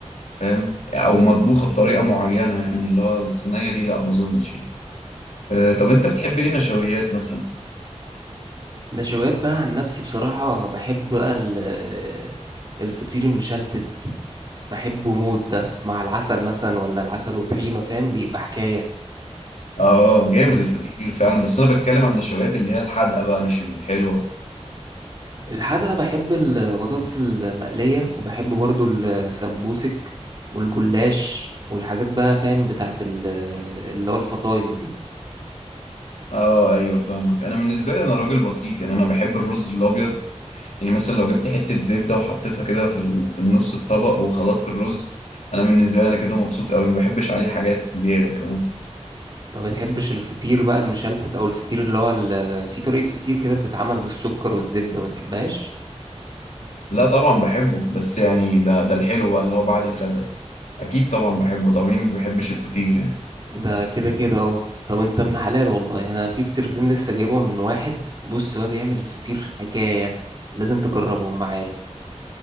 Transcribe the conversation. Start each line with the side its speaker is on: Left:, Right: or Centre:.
Left: فاهم أو مطبوخة بطريقة معينة يعني اللي هو الصينية دي لا ما أظنش يعني أه طب أنت بتحب إيه نشويات مثلا؟
Right: نشويات بقى عن نفسي بصراحة بحب بقى ال- الفطير المشلتت بحبه موت ده مع العسل مثلا ولا العسل وطحينة فاهم بيبقى حكاية
Left: آه جامد الفطير فعلا بس أنا بتكلم عن النشويات اللي هي الحادقة بقى مش الحلوة
Right: الحقيقة بحب البطاطس المقلية وبحب برضو السمبوسك والجلاش والحاجات بقى فاهم بتاعت ال- اللي هو الفطاير دي
Left: آه أيوه فاهمك أنا بالنسبة لي أنا راجل بسيط يعني أنا بحب الرز الأبيض يعني مثلا لو جبت حتة زبدة وحطيتها كده في ال- في النص الطبق وخلطت الرز أنا بالنسبة لي أنا كده مبسوط أوي ما بحبش عليه حاجات زيادة كمان
Right: ما بتحبش الفطير بقى المشلتت أو الفطير اللي هو ال- في طريقة فطير كده بتتعمل بالسكر والزبدة ما تحبهاش
Left: لا طبعا بحبه بس يعني ده ده الحلو بقى اللي هو بعد الغدا أكيد طبعا بحبه طبعا مين ما بيحبش الفطير يعني
Right: ده كده كده اه طب انت ابن حلال والله يعني انا في فطيرتين لسه جايبهم من واحد بص بقى بيعمل الفطير حكاية لازم تجربهم معايا